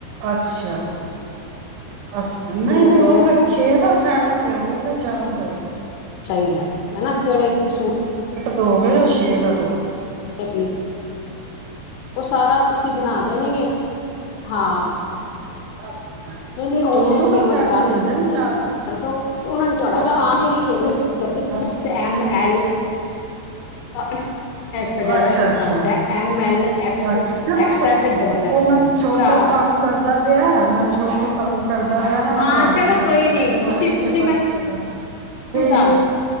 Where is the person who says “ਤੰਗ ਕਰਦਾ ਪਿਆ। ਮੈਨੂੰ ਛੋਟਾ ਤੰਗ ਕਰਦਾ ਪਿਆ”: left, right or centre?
Right